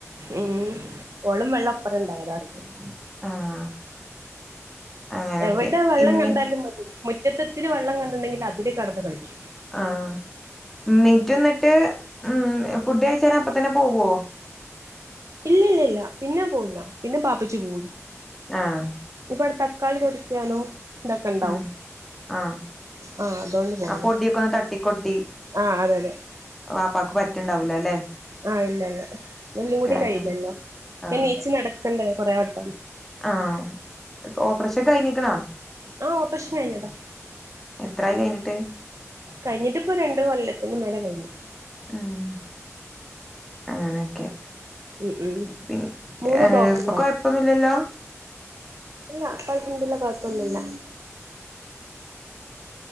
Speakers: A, on the right; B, in the centre.
A: ഉം ഓളും വെള്ളപ്പറം ഇണ്ടായതാ അറിഞത്‌.
B: ആഹ്. അങ്ങനൊക്കെ
A: എവടെ വെള്ളക്കണ്ടാലും
B: ഇമ്മി
A: മതി മുറ്റത്ത്ത്തിരി വെള്ളം കണ്ടിണ്ടെങ്കിൽ അതില് കടന്ന് കളിക്കും.
B: ആ മ്മീറ്റുന്നിട്ട് ഉ ഫുഡ് കഴിച്ച അപ്പ തന്നെ പോവോ.
A: ഇല്ല്യല്ലല്ല പിന്നെ പോവുല്ല പിന്നെ ബാപ്പച്ചി പോള്ളൂ.
B: ആഹ്.
A: ഇപ്പവടെ തക്കാളി തൊടിക്യാനു ഇതൊക്കെണ്ടാവു.
B: ഉം ആഹ്
A: ആഹ് അതോണ്ട് പോണില്ല
B: ആ പൊടിയൊക്കെ ഒന്ന് തട്ടിക്കൊട്ടി
A: ആഹ് അതെയതെ.
B: വാപ്പാക്ക് പറ്റണ്ടാവൂലല്ലേ.
A: ആഹ് ലല്ല എല്ലുങ്ങൂടി
B: ആയതാണ്
A: കയ്യില്ലല്ലോ
B: ആഹ്
A: ഞാൻ നീച്ച് നടക്കണ്ടെ കൊറെേ വട്ടം.
B: ആഹ് ഓപ്പറേഷൻ കൈഞ്ഞിക്ക്‌ണാ
A: ആ ഓപ്പറേഷൻ കഴിഞ്ഞതാ
B: എത്രായി കൈഞ്ഞിട്ട്.
A: കഴിഞ്ഞിട്ടിപ്പോ രണ്ട് കൊല്ലത്തിന്റെ മേലെ കൈഞ്ഞ്.
B: ആഹ് അങ്ങനൊക്കെ.
A: ഉം ഉം
B: പി
A: മൂന്ന്
B: ഏ
A: ബ്ലോക്ക്
B: പ്പോ കൊയപ്പോന്നൂല്ലല്ലോ.
A: ല്ല കൊയപ്പോന്നുല്ല കൊഴപ്പോന്നുല്ല